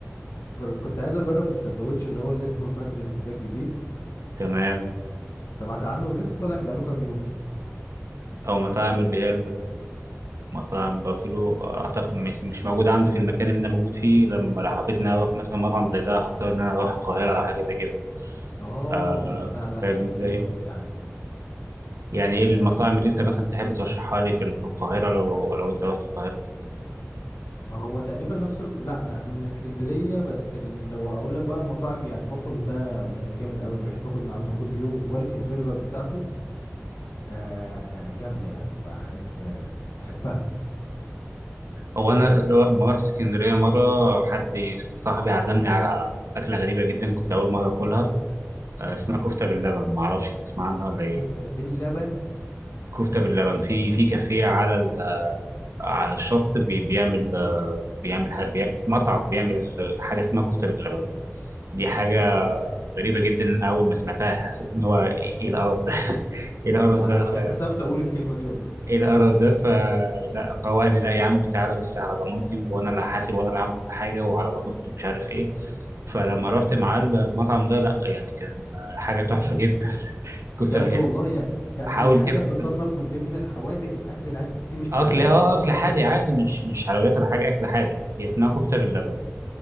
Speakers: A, on the left; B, on the right.
A: جر... كنت عايز اجرب السندوتش اللي هو اللي اسمه الماتريس ده الجديد
B: تمام
A: سمعت عنه لسه طالع بقاله كام يوم كده
B: او مطاعم اللي هي مطعم بافلو اعتقد مش مش موجود عنده في المكان اللي انا موجود فيه لما لو حبيت ان انا اروح مثلا مطعم زي ده هضطر ان انا اروح القاهره او حاجه زي كده
A: اه
B: آه
A: لا لا
B: فاهم
A: لا
B: ازاي
A: جامد يعني
B: يعني ايه المطاعم
A: آه
B: اللي انت مثلا تحب ترشحها لي في ال- في القاهره لو لو انت رحت القاهره
A: ما هو تقريبا نفس ال... لا انا انا من اسكندريه بس ال... لو اقول لك بقى المطاعم يعني بافالو ده ده جامد قوي انا بحب اكل من عنده كل يوم وكواليتي البرجر بتاعته آه جامده يعني بحب بحبها
B: هو انا لما رحت اسكندريه مره حد صاحبي عزمني على اكله غريبه جدا كنت اول مره اكلها آه،
A: مم.
B: اسمها كفته باللبن ما اعرفش تسمع عنها ولا ايه
A: كفتة باللبن
B: كفته باللبن في في كافيه على على الشط بي- بيعمل آه، بيعمل ح- بيع- مطعم بيعمل حاجه اسمها كفته باللبن دي حاجه
A: دي
B: غريبه جدا اول ما سمعتها حسيت ان هو ايه القرف ده <laughs> ايه القرف
A: وانا انا
B: ده ف <laughs>
A: انا كسفت اقول الكلمة دي والله
B: ايه القرف ده فلا فهو قال لي لا يا عم تعالى بس على ضمانتي وانا اللي هحاسب وانا اللي هعمل كل حاجه وعلى ضمانتي ومش عارف ايه فلما
A: مم.
B: رحت معاه المطعم ده لا يعني كان حاجه تحفه جدا <laughs> كنت
A: بجد
B: يعني
A: والله يعني يعني
B: حاول
A: هي حاجة
B: تبحث
A: بتصنف
B: عن
A: من ضمن الحوادق الأكل العادي مش حلويات
B: اكل اه اكل حادق عادي مش مش حلويات ولا حاجه اكل حادق هي اسمها كفته باللبن